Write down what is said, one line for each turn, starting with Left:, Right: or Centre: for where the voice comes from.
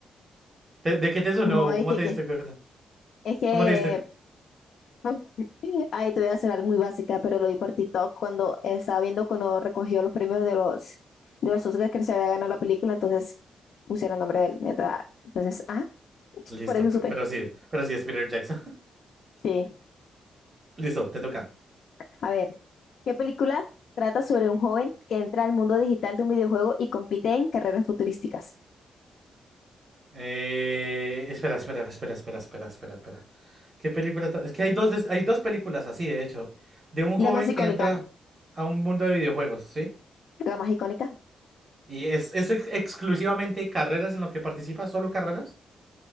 Right: ¿Te- ¿De, qué te sonó?
Left: No, es
Right: ¿Cómo
Left: que,
Right: te
Left: ¿qué?
Right: diste cuenta?
Left: Es que...
Right: ¿Cómo te diste?
Left: <laughs> Ay, te voy a sonar muy básica, pero lo vi por TikTok cuando estaba viendo cuando recogió los premios de los, de los Oscars que se había ganado la película, entonces pusieron el nombre de él. neta. Entonces, ah,
Right: Listo,
Left: por eso
Right: pe-
Left: supe.
Right: pero sí, pero sí es Peter Jackson.
Left: Sí.
Right: <laughs> Listo, te toca.
Left: A ver, ¿qué película trata sobre un joven que entra al mundo digital de un videojuego y compite en carreras futurísticas?
Right: Eh, espera, espera, espera, espera, espera, espera, espera. ¿Qué película? tra- Es que hay dos, des- hay dos películas así, de hecho, de un
Left: La
Right: joven
Left: más icónica,
Right: que entra a un mundo de videojuegos, ¿sí?
Left: la más icónica.
Right: Y es, es ex- exclusivamente carreras en lo que participa, solo carreras.